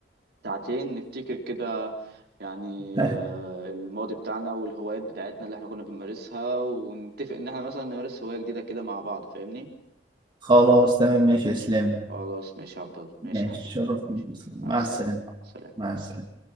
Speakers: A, on the right (about 60°); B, on the right (about 25°).
A: ساعتين نفتكر كده يعني
B: <laughs>
A: آه، الماضي بتاعنا والهوايات بتاعتنا اللي احنا كنا بنمارسها ونتفق ان احنا مثلا نمارس هوايه جديده كده مع بعض فاهمني
B: خلاص تمام ماشي يا اسلام
A: خلاص ماشي يا عبد الله ماشي
B: ماشي
A: يا حبيبي
B: شرف
A: ماشي
B: مع
A: مع السلامه
B: السلامة
A: سلام
B: مع السلامة